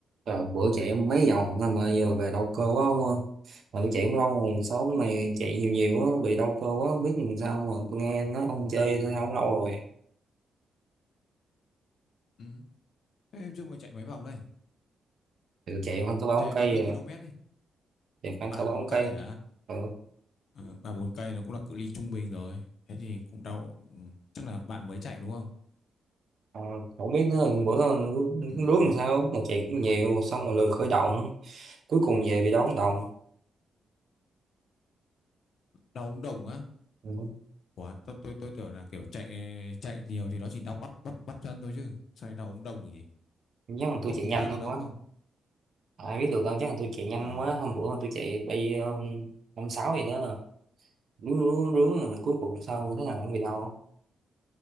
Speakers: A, on the right (about 55°); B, on the left (about 60°).
A: Rồi bữa chạy em mấy vòng thôi mà giờ về đau cơ quá ông ơi. Mà tôi chạy cũng lâu rồi, số hôm nay chạy nhiều nhiều quá, bị đau cơ quá, không biết làm sao mà tôi nghe nói ông chơi thể thao cũng lâu rồi.
B: Ừm, thế trước mày chạy mấy vòng đây?
A: Thì tôi chạy khoảng cỡ ba bốn
B: Chạy
A: cây
B: bao nhiêu km
A: rồi,
B: đi?
A: chạy khoảng
B: Ba
A: cỡ ba
B: bốn
A: bốn cây.
B: cây hả?
A: Ừ.
B: Ừ, ba bốn cây nó cũng là cự ly trung bình rồi. Thế thì cũng đau. Ừ, chắc là bạn mới chạy đúng không?
A: À, không biết nữa, bữa
B: Ừ,
A: rước làm
B: đấy,
A: sao, mà chạy cũng nhiều, xong rồi lười khởi động, cuối cùng về bị đau ống đồng.
B: đau ống đồng á?
A: Ừ.
B: Ủa, tôi, tôi tôi tưởng là kiểu chạy chạy nhiều thì nó chỉ đau bắp bắp bắp chân thôi chứ. Sao lại đau ống đồng được nhỉ?
A: Chắc là
B: Ô,
A: tôi chạy
B: có
A: nhanh
B: va vào đâu
A: quá.
B: không?
A: À, ai biết được đâu, chắc là tôi chạy nhanh
B: À,
A: quá, hôm bữa tôi chạy bay ờ, năm sáu gì đó, rướng rướng rướng, rồi cuối cùng sao thế nào không bị đau.